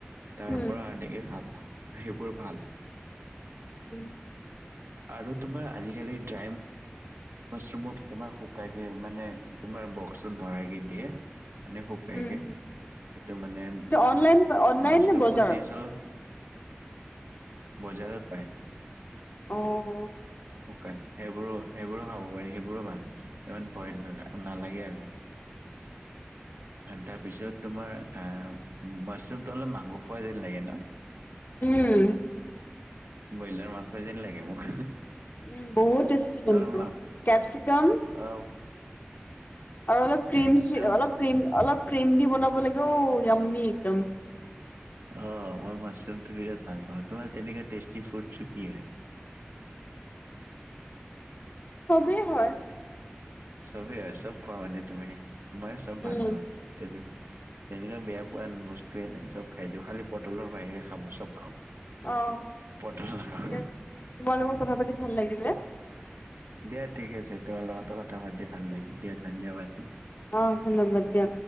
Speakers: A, on the right (about 85°); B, on the left (about 45°).
A: তাৰপৰা
B: উম,
A: আনিকে খাবা, সেইবোৰ ভাল।
B: উম।
A: আ-আৰু তোমাৰ আজিকালি ড্ৰাই মাছৰুমক তোমাৰ শুকাইকে, মানে তোমাৰ বক্সত ভৰাইকে দিয়ে। মানে শুকাইকে।
B: উম,
A: সেইটো মানে
B: কিন্তু অনলাইন
A: অ',
B: অনলাইন
A: মাছৰুমটো
B: নে বজাৰত?
A: টেষ্ট অলপ বজাৰত পায়।
B: অ'-অ'।
A: শুকান, সেইবোৰো, সেইবোৰো খাব পাৰি, সেইবোৰো ভাল। ইমান ভয় লগা, নালাগে আৰু।
B: <inaudible>
A: তাৰপিছত
B: উম।
A: তোমাৰ আ, মাছৰুমটো অলপ মাংস খোৱা যেন লাগে ন?
B: উম।
A: ব্ৰইলাৰ মাংস যেন লাগে মোক।
B: উম বহুত টেষ্টি কিন্তু,
A: অলপ মাং
B: কেপচিকম
A: অ'।
B: আৰু অলপ ক্ৰীম-চ্ৰি
A: একদম
B: অলপ ক্ৰীম, অলপ ক্ৰীম দি বনাব লাগেও ইয়ম্মি একদম।
A: অ', মই মাছৰুম টো বিৰাট ভাল পাওঁ, তোমাৰ তেনেক টেষ্টি ফুড-চুড কি হয়?
B: চবেই হয়।
A: চবেই হয়? চব খোৱা মানে তুমি? মইয়ো চব
B: উম,
A: ভাল পাওঁ। তেনে, তেনেকুৱা বেয়া পোৱা বস্তুৱেই নাই, চব খাই দিওঁ, খালী পটলৰ বাহিৰে খাব, চব খাওঁ।
B: অঁ
A: পটল নাখাওঁ
B: তোমাৰ লগত কথা পাতি ভাল লাগিলে।
A: দিয়া ঠিকে আছে তোমাৰ লগতো কথা পাতি ভাল লাগিল দিয়া ধন্যবাদ।
B: অ ধন্যবাদ দিয়া।